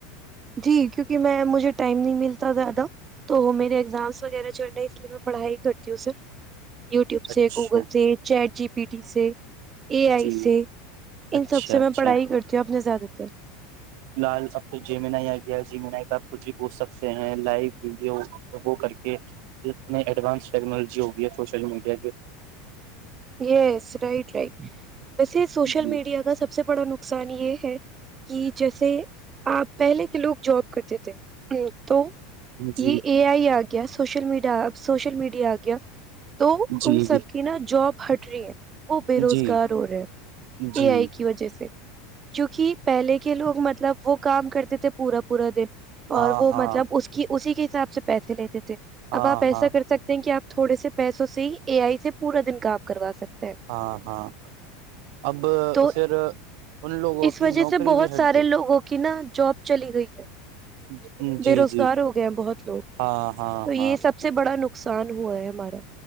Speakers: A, on the right; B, on the right.
A: جی کیونکہ میں مجھے ٹائم نہیں ملتا زیادہ تو میرے اگزامس وغیرہ چل رہے ہیں اس لیے میں پڑھائی کرتی ہوں سر یوٹیوب
B: اچھا
A: سے گوگل سے چیٹ جی پیٹی سے اے آئی
B: جی
A: سےے ان
B: اچھا
A: سب سے
B: اچھا
A: میں پڑھائی کرتی ہوں اپنے زیادہ <unintelligible>
B: فی الحال اب تو جیمین آئی آ گیا ہے جیمین آئی پہ آپ کچھ بھی پوچھ سکتے ہیں لائو ویڈیو وہ کر کے اتنے ایڈوانس ٹیکنالوجی ہوگئی ہے سوشل میڈیا کے
A: یس رائٹ رائٹ ویسے سوشل
B: جی
A: میڈیا کا سب سے بڑا نقصان یہ ہے کہ جیسے آپ پہلے کے لوگ جاب کرتے تھے ہ تو یہ
B: جی
A: ا آئی آگ گیا سوشل میڈیا سوشل میڈیا آ گیا تو
B: جی
A: ان سب کی نا جاب ہٹ رہی ہے وہ
B: جی
A: بے روزگار
B: جی
A: ہو رہے ہیں
B: جی
A: اے آئی کی وجہ سے جوونکہ پہلے کے لوگ مطلب وہ کام کرتے تھے پورا پورا دن
B: ہاں
A: اور وہ
B: ہاں
A: مطلب اس کی اسی کی حساب سے پیسے لیتے تھے
B: ہاں
A: اب آپ ایسا
B: ہاں
A: کر سکتے ہیں کہ آپ تھوڑے سے پیسوں سے ہی اے آئی سے پورا دن کام کروا سکتے ہیں
B: ہاں ہاں اب
A: تو
B: پھر ان لوگوں
A: اس
B: کی
A: وجہ
B: نوکری
A: سے بہت
B: بھی
A: سارے
B: ہٹ
A: لوگوں کی نا جاب چلی گئی ہے
B: گئی
A: بے
B: جی
A: روزگار
B: جی
A: ہو گئے ہیں بہت لوگ
B: ہاں ہاں
A: تو یہ
B: ہاں
A: سب سے بڑا نق نقصان ہوا ہے ہمارا